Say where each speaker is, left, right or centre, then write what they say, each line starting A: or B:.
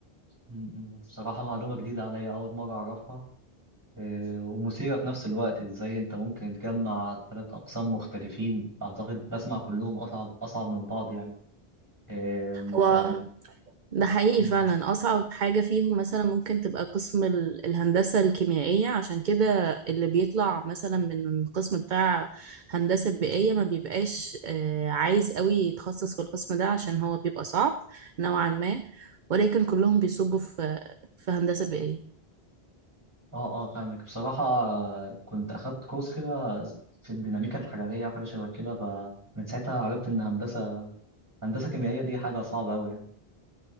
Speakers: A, on the right; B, on the right.
A: م- م، بصراحة معلومة جديدة عليا أول مرة أعرفها آه، ومثيرة في نفس الوقت ازاي انت ممكن تجمع ثلاث اقسام مختلفين اعتقد بسمع كلهم اصعب اصعب من بعض يعني آم،
B: هو
A: ف
B: ده حقيقي
A: م.
B: فعلا أصعب حاجة فيهم مثلا ممكن تبقى قسم ال- الهندسة الكيميائية عشان كده اللي بيطلع مثلا من القسم بتاع هندسة بيئية ما بيبقاش آه، عايز قوي يتخصص في القسم ده عشان هو بيبقى صعب نوعا ما ولكن كلهم بيصبوا في في هندسة بيئية
A: اه اه فاهمك بصراحة آه، كنت اخدت كورس كده في الديناميكا الحرارية حاجة شبه كده فمن ساعتها عرفت ان هندسة هندسة كيميائية دي حاجة صعبة أوي يعني